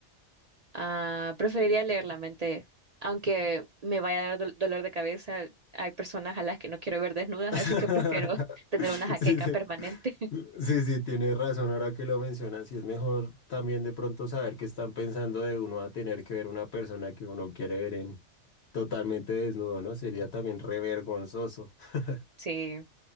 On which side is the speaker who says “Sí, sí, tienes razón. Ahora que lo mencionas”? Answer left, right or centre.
Left